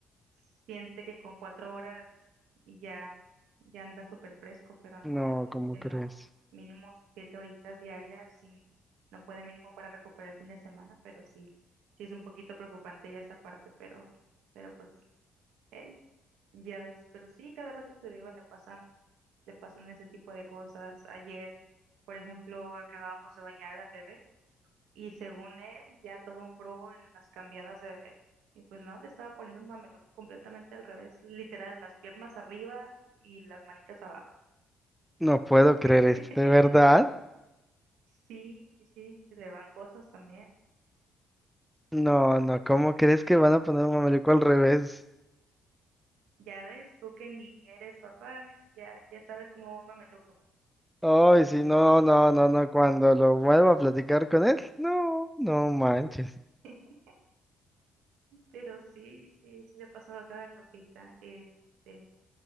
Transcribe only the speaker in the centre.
No,
¿cómo
crees?
No puedo creer
esto, ¿de verdad?
No, no, ¿cómo crees que van a poner un mameluco al revés?
Ay, sí, no, no, no, no, cuando lo vuelva a platicar con él, no, no manches.